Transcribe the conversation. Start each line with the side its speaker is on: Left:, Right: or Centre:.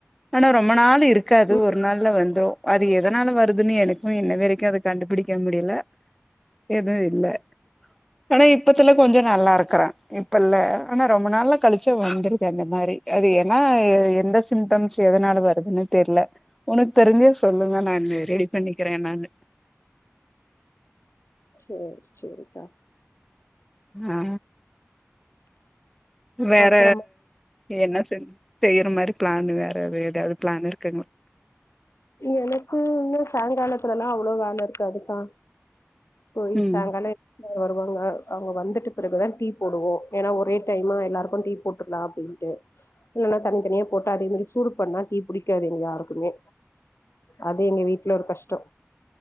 Centre: ஆனா ரொம்ப நாள் இருக்காது
Left: ம்
Centre: ஒரு நாள்ல வந்துரு அது எதனால வருதுனு எனக்கு இன்னவரைக் கு அத கண்டுபிடிக்க முடியல எதுவு இல்ல ஆனா இப்பத்துல கொஞ்ச நல்லா இருக்கறே இப்ப இல்ல ஆனா ரொம்ப நாள்ல கழிச்சி வந்துரு அந்த மாரி அது ஏனா எந்த சிம்டம்ஸ் எதனால வருதுனு தெரில உனக்கு தெரிஞ்சா சொல்லுங்க நான் ரெடி பண்ணிக்கிறே என்னானு
Left: சேரி சேரிக்கா
Centre: அ வேற
Left: அப்புறமா
Centre: என்ன செய் செய்யற மாரி பிளானு வேற எதா எதாது பிளான் இருக்குங்களா
Left: எனக்கு இன்னு சாயங்காலத்துலல்லா அவ்ள வேல இருக்காதுக்கா போய்
Centre: ம்
Left: சாங்கால வருவாங்க அவங்க வந்துட்டு பிறகுதா டீ போடுவோ ஏனா ஒரே டைமா எல்லாருக்கு டீ போட்டுறலா அப்டின்ட்டு இல்லனா தனிதனியா போட்டு அதே மாரி சூடு பண்ணா பிடிக்காது எங்க யாருக்குமே அது எங்க வீட்ல ஒரு கஷ்டோ